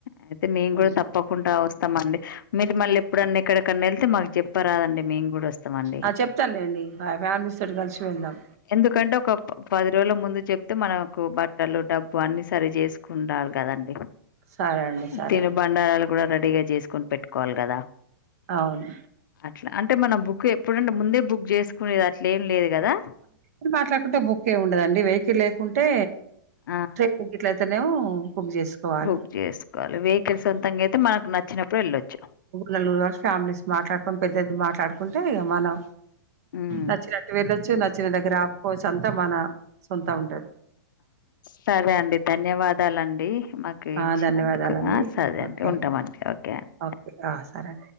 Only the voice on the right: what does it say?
ఉం.
ఆ చెప్తానులేండి ఫ్యామిలీస్ తోటి కలిసి వెళ్దాం
సరే అండి సరే
అండి
అవును
మాట్లాడుకుంటే బుక్ ఉండదండి వెహికల్ లేకుంటే
ట్రైన్ట్ నో బుక్ చేసుకోవాలి
నలుగురు వ ఫలీస్ మాట్లాడుకుని పెద్దది మాట్లాడుకుంటే ఇక మనం
నచ్చినట్టు వేళ నచ్చిన దగ్ర ఆఫకోచ్ అంతా మన సొంతం ఉంటది
ఆ
ధన్యవాదాలండి
ఓకే
ఓకే ఆ సరే అండి